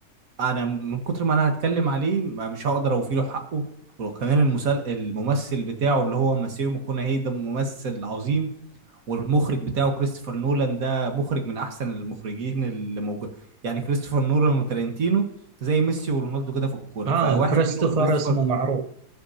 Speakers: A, on the right (about 60°); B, on the right (about 40°).
A: انا من كتر ما انا هتكلم عليه ما- مش هقدر اوفي له حقه وكمان المسل... الممثل بتاعه اللي هو ماسيو ماكونهي ده ممثل عظيم والمخرج بتاعه كريستوفر نولان ده مخرج من احسن المخرجين اللي موجود يعني كريستوفر نولان وتارنتينو زي ميسي ورونالدو كده في الكوره
B: آه
A: فواحد
B: كريستوفر
A: منهم كريستوفر
B: اسمه معروف